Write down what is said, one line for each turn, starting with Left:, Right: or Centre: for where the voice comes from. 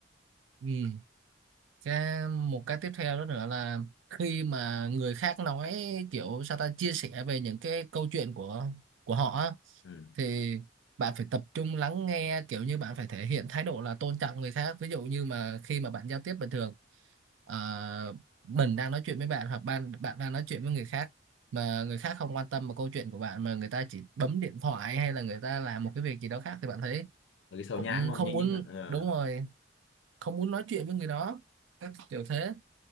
Right: ừ. cái một cái tiếp theo đó nữa là khi mà người khác nói kiểu sao ta chia sẻ về những cái câu chuyện của của họ á,
Left: ừ.
Right: thì bạn phải tập trung lắng nghe kiểu như bạn phải thể hiện thái độ là tôn trọng người khác ví dụ như mà khi mà bạn giao tiếp bình thường ờ, mình đang nói chuyện với bạn hoặc bạn bạn đang nói chuyện với người khác mà người khác không quan tâm vào câu chuyện của bạn mà người ta chỉ bấm điện thoại hay là người ta làm một cái việc gì đó khác thì bạn thấy
Left: rồi cái sau
Right: cũng
Left: nhãng không
Right: không
Left: nhưng
Right: muốn
Left: những là ờ
Right: đúng rồi không muốn nói chuyện với người đó các kiểu thế